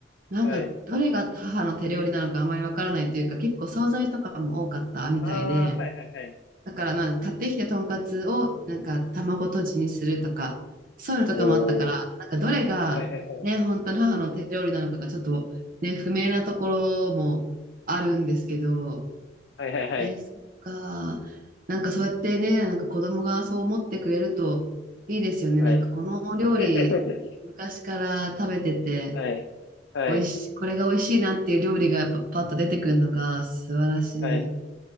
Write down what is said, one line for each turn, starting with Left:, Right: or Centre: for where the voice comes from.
Right: なんかどれが母の手料理なのかあまりわからないというか、
Left: はい。
Right: 結構惣菜とかも多かったみたいで、
Left: ああ、はいはいはい。
Right: だからなんか買ってきてとんかつをなんか卵とじにするとか、そういうのとかもあったから、
Left: おー。
Right: なんかどれがね、
Left: はいはいはい。
Right: 本当の母の手料理なのかがちょっとね、不明なところもあるんですけど、
Left: はいはいはい。
Right: え、そっか。なんかそうやってね、なんか子供がそう思ってくれるといいですよね。
Left: はい。
Right: なんかこの料理、
Left: <laughs>
Right: 昔から食べてて、
Left: はい。はい。
Right: 美味し、これが美味しいなっていう料理がやっぱパッと出てくるのが素晴らしい。
Left: はい。